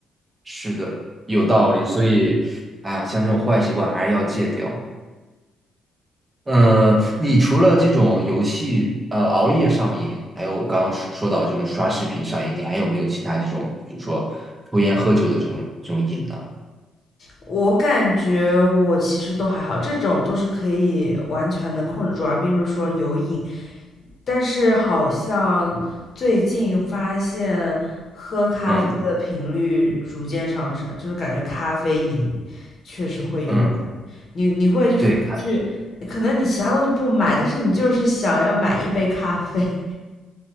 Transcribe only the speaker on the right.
是的，有道理。所以，哎呀，像这种坏习惯还是要戒掉。嗯，你除了这种游戏，呃，熬夜上瘾，还有我刚刚说说到这种刷视频上瘾，你还有没有其他这种，比如说抽烟喝酒的这种这种瘾呢？
嗯
嗯，
对，看，